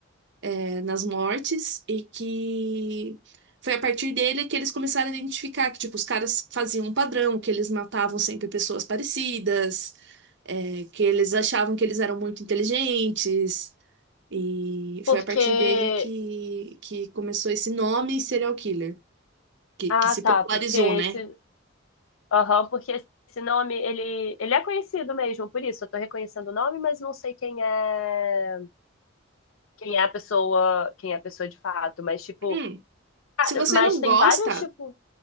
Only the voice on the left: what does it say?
porque
ah,
tá,
porque esse,
aham, porque esse nome ele, ele é conhecido mesmo, por isso eu tô reconhecendo o nome, mas não sei quem é, quem é a pessoa, quem é a pessoa de fato, mas tipo,
cara,
mas
tem
vários tipo